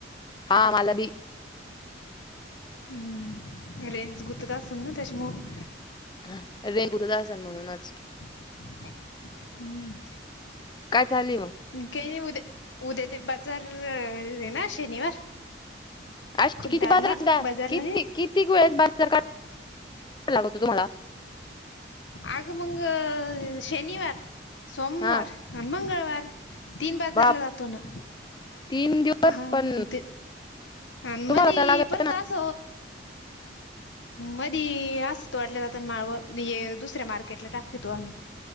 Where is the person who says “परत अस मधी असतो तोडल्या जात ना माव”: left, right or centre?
Left